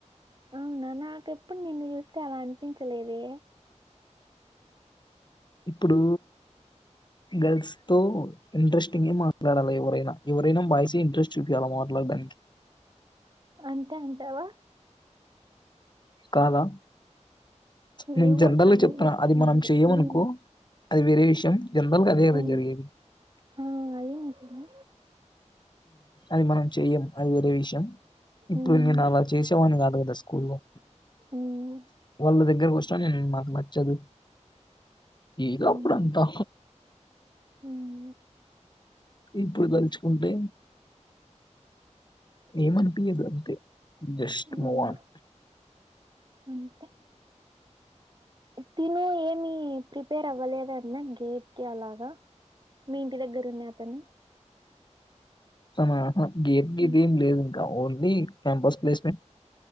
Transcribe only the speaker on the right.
అవునా నాకెప్పుడు నిన్ను చూస్తే అలా అనిపించలేదే
అంతే అంటావా
ఏమో
అయ్యుండొచ్చు
మేబి
మ్మ్
మ్మ్
ఆ అది నిజమే
మ్మ్
మ్మ్
మ్మ్
మ్మ్
మ్మ్
అంతే తిను ఏమి ప్రిపేర్ అవ్వలేదన్న గేట్ కి అలాగా మీ ఇంటి దగ్గర ఉన్న అతను
ఉమ్.